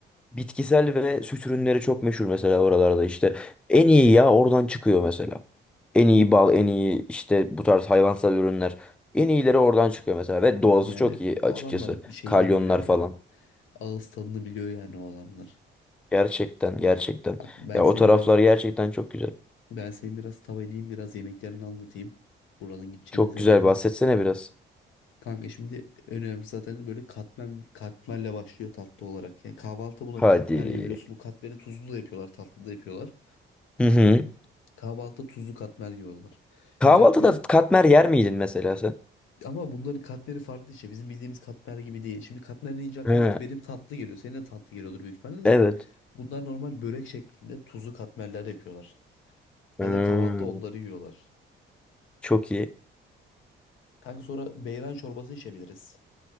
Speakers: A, in the centre; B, on the left.
A: bitkisel ve süt ürünleri çok meşhur mesela oralarda işte en iyi ya oradan çıkıyor mesela. En iyi bal, en iyi işte bu tarz hayvansal ürünler. En iyileri oradan çıkıyor mesela ve doğası
B: yani
A: çok iyi
B: o
A: açıkçası.
B: adamlar bir şeyini
A: Kalyonlar
B: biliyor ya.
A: falan.
B: Ağız tadını biliyor yani o adamlar.
A: Gerçekten gerçekten.
B: Bak ben
A: Ya
B: senin
A: o taraflar
B: biraz
A: gerçekten çok güzel.
B: ben senin biraz tav edeyim biraz yemeklerini anlatayım. Buranın gideceğimiz
A: Çok
B: yerlerin.
A: güzel bahsetsene biraz.
B: Kanka şimdi önemli zaten böyle katmer katmerle başlıyor tatlı olarak. Yani kahvaltı bunlar
A: Hadi.
B: katmer ya biliyorsun bu katmeri tuzlu da yapıyorlar tatlı da yapıyorlar.
A: Hı hı.
B: Kahvaltıda tuzlu katmer yiyorlar.
A: Kahvaltıda
B: Özellikle
A: katmer yer miydin mesela sen?
B: ama bunların katmeri farklı işte. Bizim bildiğimiz katmer gibi değil. Şimdi katmer deyince aklına
A: He.
B: benim tatlı geliyor. Senin de tatlı geliyordur büyük ihtimalle de.
A: Evet.
B: Bunlar normal börek şeklinde tuzlu katmerler yapıyorlar.
A: Hmm.
B: Zaten kahvaltıda onları yiyorlar.
A: Çok iyi.
B: Kanka sonra beyran çorbası içebiliriz.